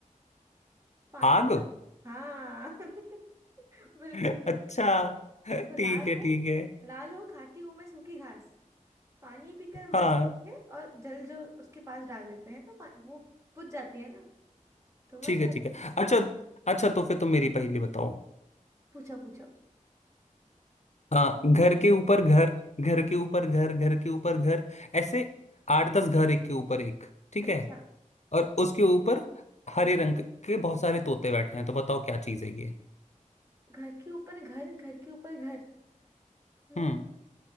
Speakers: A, on the right; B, on the left.
A: पानी
B: आग
A: का हाँ <laughs> बिल्कुल
B: <laughs>
A: सही
B: अच्छा ठीक
A: देखो लाल
B: है
A: हूँ
B: ठीक है
A: लाल हूँ खाती हूँ मैं सूखी घास पानी पीकर मर
B: हाँ
A: जाती है और जल जो उसके पास डाल देते हैं तो पा- वो बुझ जाती है ना तो मर
B: ठीक
A: जाती
B: है ठीक है
A: है
B: अच्छा अच्छा तो फिर तुम मेरी पहेली बताओ
A: पूछो पूछो
B: हाँ घर के ऊपर घर घर के ऊपर घर घर के ऊपर घर ऐसे आठ दस घर एक के ऊपर एक ठीक
A: अच्छा
B: है और उसके ऊपर हरे रंग के बहुत सारे तोते बैठे हैं तो बताओ क्या चीज है ये
A: घर के ऊपर घर घर के ऊपर घर हम्म
B: हम्म